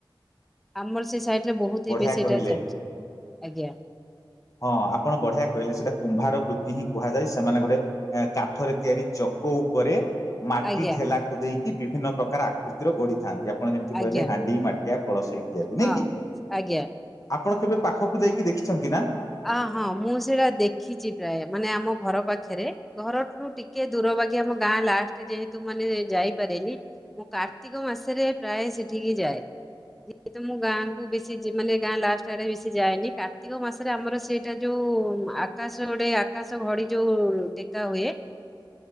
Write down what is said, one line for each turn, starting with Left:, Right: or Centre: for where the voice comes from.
Centre: ଆମର ସେ ସାଇ ଟିରେ ବହୁତି
Left: ବଢିଆ
Centre: ଏ ବେଶି ସେଇଟା
Left: କହିଲେ
Centre: ଚାଲିଛି ଆଜ୍ଞା।
Left: ହଁ ଆପଣ ବଢିଆ କହିଲେ! ସେଇଟା କୁମ୍ଭାର ବୃତ୍ତି ହିଁ କୁହାଯାଏ। ସେମାନେ ଗୋଟେ ଏ କାଠରେ ତିଆରି ଚକ ଉପରେ ମାଟି
Centre: ଆଜ୍ଞା
Left: ଢେଲାକୁ ଦେଇକି। ବିଭିନ୍ନ ପ୍ରକାର ଆକୃତିର ଗଢିଥାନ୍ତି। ଯେ ଆପଣ ଯେମିତି କହିଲେ
Centre: ଆଜ୍ଞା
Left: ହାଣ୍ଡି ମାଠିଆ କଳସ ଇତ୍ୟାଦି ନାଇଁ
Centre: ହଁ
Left: କି?
Centre: ଆଜ୍ଞା।
Left: ଆପଣ କେବେ ପାଖକୁ ଯାଇକି ଦେଖିଛନ୍ତି ନା?
Centre: ଆ ହଁ ମୁଁ ସେଇଟା ଦେଖିଛି ପ୍ରାୟ ମାନେ ଆମ ଘର ପାଖେରେ ଘରଠୁ ଟିକେ ଦୂର। ବାକି ଆମ ଗାଁ ଲାଷ୍ଟ ଯେହେତୁ ମାନେ ଯାଇପାରେନି। ମୁଁ କାର୍ତ୍ତିକ ମାସରେ ପ୍ରାୟ ସେଠିକି ଯାଏ। ଯେହେତୁ ମୁଁ ଗାଁକୁ ବେଶୀ ଯି ମାନେ ଗାଁ ଲାଷ୍ଟ ଆଡ଼େ ବେଶୀ ଯାଏନି କାର୍ତ୍ତିକ ମାସ ତାପରେ ଆମର ସେଇଟା ଯୋଉ ଆକାଶ ଗୋଟେ ଆକାଶ ଘଡି ଯୋଉ ଟେକା ହୁଏ।